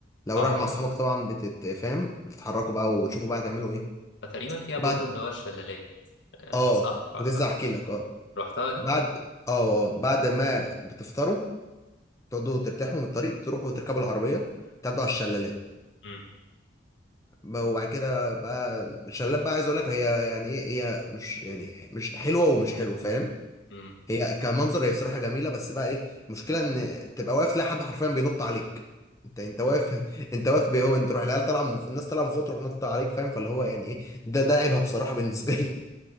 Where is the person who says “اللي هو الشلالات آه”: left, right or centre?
Left